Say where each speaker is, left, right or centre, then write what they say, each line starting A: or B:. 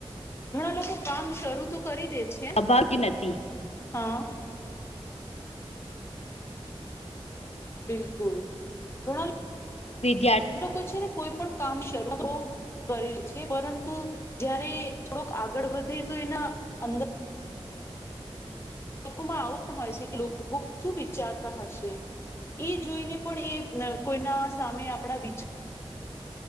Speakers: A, on the left; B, on the left.
A: ઘણા લોકો કામ શરૂ તો કરી દે છે
B: અભા ક ન હતી.
A: હા બિલકુલ ઘણા
B: વિદ્યાર્થી
A: લોકો છે ને. કોઈ પણ કામ શરૂ હો કરેલ છે પરંતુ જયારે થોડોક આગળ વધે તો એના અંદર લોકોમાં આવું પણ હોય છે કે લોકો શું વિચારતા હશે? એ જોઈને પણ એ કોઈના સામે આપણા વિચાર